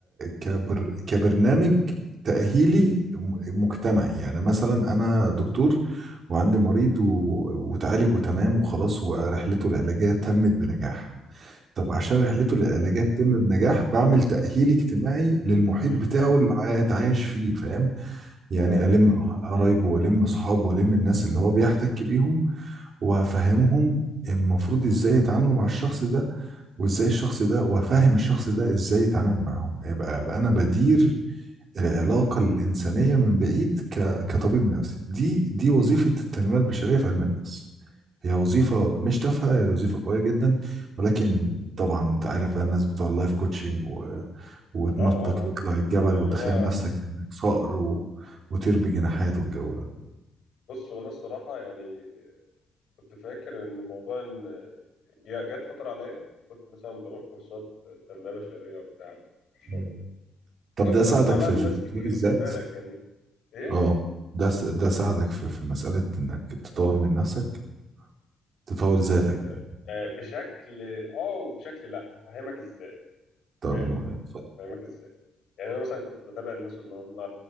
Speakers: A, on the right; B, on the left.
A: كبر كبرنامج تاهيلي م- مجتمعي يعني مثلا انا دكتور وعندي مريض و... وتعالج وتمام وخلاص ورحلته العلاجيه تمت بنجاح طب عشان رحلته العلاجيه تتم بنجاح بعمل تأهيل اجتماعي للمحيط
B: امم
A: بتاعه اللي هيتعايش فيه فاهم يعني
B: فاهم
A: ألم
B: قصدي
A: قرايبه وألم أصحابه وألم الناس اللي هو بيحتك بيهم وأفهمهم المفروض إزاي يتعاملوا مع الشخص ده وإزاي الشخص ده وأفهم الشخف ده إزاي يتعامل معاهم يبقى أبقى أنا بدير العلاقة الإنسانية من بعيد ك... كطبيب نفسي دي دي وظيفة التنمية البشرية في علم النفس هي وظيفة مش تافهة هي وظيفة قوية جدا ولكن طبعا انت عارف بقى الناس بتوع اللايف كوتشنج و... وتنطط
B: اه اه اه
A: وتطلع الجبل
B: يعني اللي
A: وتخيل
B: هو
A: نفسك انك صقر و... وطير بجناحات والجو ده
B: بص هو انا الصراحه يعني كنت فاكر ان موضوع ان جا- جت فتره عليا كنت مثلا بروح كورسات تنميه بشريه وبتاع الشغل
A: مم.
B: ده.
A: طب
B: وكنت
A: ده ساعدك
B: بسمع بقى
A: في
B: لناس
A: في تطوير
B: كتير
A: الذات
B: خد بالك يعني ايه
A: اه ده س... ده ساعدك في في مسألة انك تطور من نفسك تطور
B: آه
A: ذاتك يعني.
B: آه بشكل اه وبشكل لا هفهمك ازاي
A: طب
B: فاهم
A: م- اتفضل.
B: هفهمك ازاي يعني انا مثلا كنت بتابع الناس اللي هم